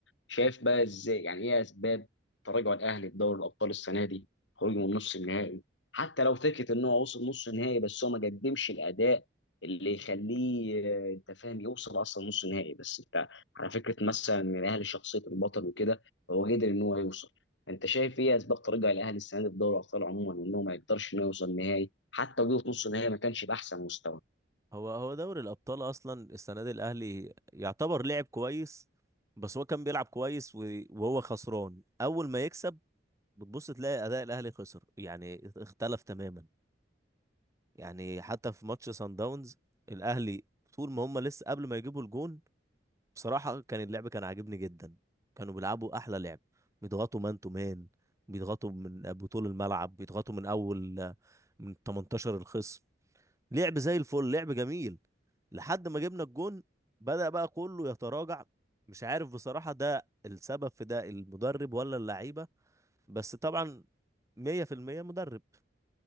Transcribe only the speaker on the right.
هو هو دوري الأبطال أصلا السنة دي الأهلي يعتبر لعب كويس بس هو كان بيلعب كويس و... وهو خسران أول ما يكسب بتبص تلاقي اداء الاهلي خسر يعني اختلف تماما يعني حتى في ماتش سان داونز الاهلي طول ما هم لسه قبل ما يجيبوا الجون بصراحه كان اللعب كان عاجبني جدا كانوا بيلعبوا احلى لعب بيضغطوا مان تو مان بيضغطوا من بطول الملعب بيضغطوا من اول من 18 الخصم لعب زي الفل لعب جميل لحد ما جبنا الجون بدأ بقى كله يتراجع مش عارف بصراحه ده السبب في ده المدرب ولا اللعيبه بس طبعا 100% مدرب